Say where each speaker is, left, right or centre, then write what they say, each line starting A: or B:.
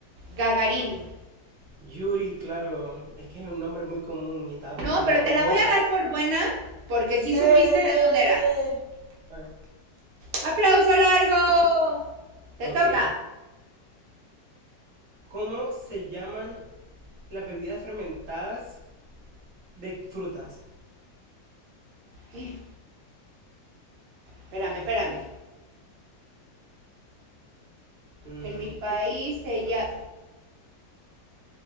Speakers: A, on the right; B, on the right.
A: Gagarin.
B: Yuri, claro, es que es un nombre muy común y estaba pensando
A: No, pero
B: era un
A: te la
B: bosa.
A: voy a dar por buena, porque sí
B: ¡Eh!
A: supiste de dónde era.
B: A ver,
A: ¡Aplauso largo! Te
B: Ok.
A: toca.
B: ¿Cómo se llaman las bebidas fermentadas? De frutas.
A: Eh, Espérame, espérame.
B: Mm,
A: En mi país
B: tic,
A: ella.
B: toc,